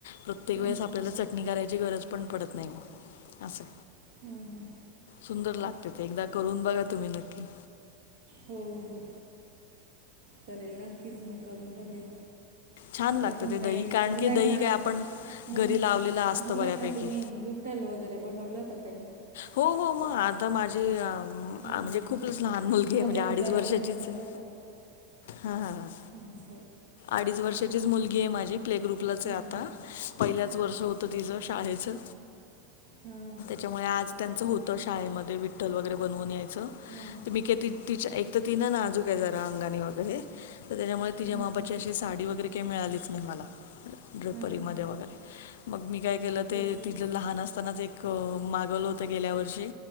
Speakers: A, on the left; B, on the right.
A: प्रत्येक
B: हां
A: वेळेसं
B: हां
A: आपल्याला चटणी करायची गरज पण पडतं नाही मग असं.
B: हम् हम,
A: सुंदर लागते ते एकदा करून बघा तुम्ही नक्की.
B: हो हो करेल नक्कीच मी करून बघेलं.
A: छान लागतं
B: अजून
A: ते
B: काही
A: दही कारण
B: मुलांना?
A: की दही काय आपण
B: मुलांना
A: घरी लावलेलं असतं बऱ्यापैकी
B: तुम्ही विठ्ठल वगैरे बनवलं होत का नी?
A: हो हो मग आता माझी. म्हणजे
B: हां
A: खूपच लहान मुलगी आहे
B: माझ्या
A: म्हणजे अडीच
B: मुलाला
A: वर्षाचीच
B: पण बनवलं
A: आहे हा ह.
B: अस
A: अडीच वर्षाचीच मुलगी आहे माझी, प्ले ग्रुपलाच
B: हम्म.
A: आहे आता पहिल्याच वर्ष होत तिचं शाळेचं
B: हम्म.
A: त्याच्यामुळे आज त्यांचं होतं शाळेमध्ये विठ्ठल वगैरे बनवून यायचं.
B: हम्म.
A: तर मी काय तिच्या, एक तर ती न नाजूक आहे जरा अंगानी वगैरे तर त्याच्यामुळे तिच्या
B: हां
A: मापा साडी वगैरे काही मिळालीच नाही मला ड्रोपरीमध्ये
B: हां
A: वगैरे. मग मी काय केलं
B: तेच
A: ते
B: तर.
A: तिचं लहान असतानाच एक मागवलं होत त गेल्या वर्षी